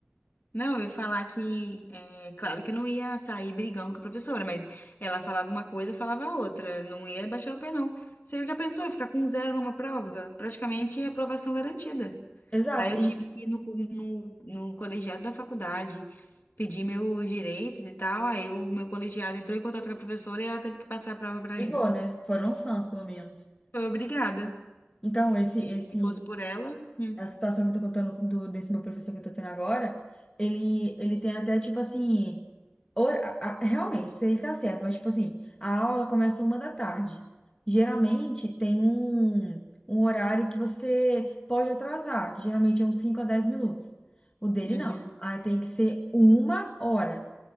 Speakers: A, on the left; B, on the left.
A: Não, eu ia falar que, é, claro que eu não ia sair brigando com a professora, mas ela falava uma coisa, eu falava outra. Não ia baixar o pé, não. Você já pensou em ficar com zero numa prova? Praticamente reprovação garantida.
B: Exato,
A: Aí eu
B: e
A: tive que ir no, no, no colegiado da faculdade pedir meus direitos e tal. Aí o meu colegiado entrou em contato com a professora e ela teve que passar a prova pra
B: brigou,
A: mim.
B: né? Foram sãs, pelo menos.
A: Foi obrigada.
B: Então, esse,
A: Porque
B: esse,
A: se fosse por ela. hum,
B: a situação que eu tô contando do, desse meu professor que eu tô tendo agora, ele, ele tem até, tipo assim, hor- a- a- realmente, isso ele tá certo, mas, tipo assim, a aula começa uma da tarde. Geralmente, tem um, um horário que você pode atrasar, que geralmente é uns 5 a 10 minutos. O dele,
A: uhum.
B: não. Ah, tem que ser uma hora.